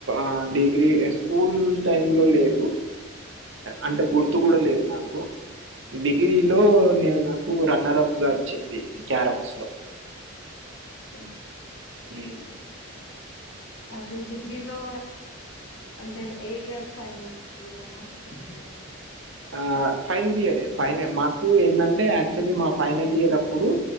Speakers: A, on the right; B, on the left.
A: ఆడి గ్రీ స్కూల్ టైమ్ లో లేదు అంటే గుర్తు కూడా లేదు నాకు డిగ్రీలో నే నాకు రన్నర్ అఫ్ గా వచ్చింది క్యారమ్స్ లో
B: స
A: ఉ
B: అది డిగ్రీలో అంటే ఏ ఇయర్ ఫైనల్ ఇయరా సెకండ్ ఇయర్
A: స ఆ ఫైనల్ ఇయర్ ఫ మాకు ఏంటంటే యాక్చువల్లీ మా ఫైనల్ ఇయర్ అప్పుడు